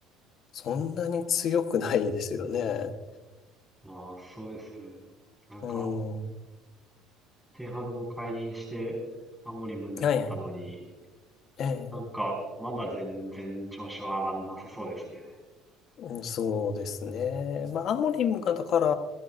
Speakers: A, on the left; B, in the centre.
A: そんなに強くないですよね。
B: まあ、そうですよね。なんか、
A: うん。は
B: テンハグも解任して、アモリムになったのに、
A: いはい。ええ
B: なんか、まだ全然調子は上がんなさそうですね。
A: うんそうですね。まあ、アモリムが、だから、